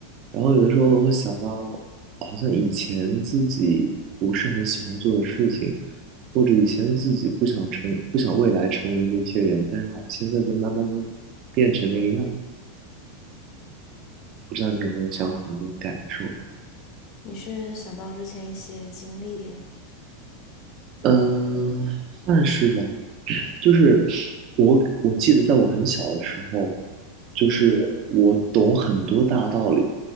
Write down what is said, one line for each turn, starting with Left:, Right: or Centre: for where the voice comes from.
Right: 然后有的时候会想到，好像以前自己不是很喜欢做的事情，或者以前自己不想成，不想未来成为的一些人，但是好像现在在慢慢的变成那个样子，不知道你有没有相同的感受？
Left: 你是想到之前一些经历？
Right: 嗯，算是吧。就是我我记得在我很小的时候，就是我懂很多大道理，
Left: 嗯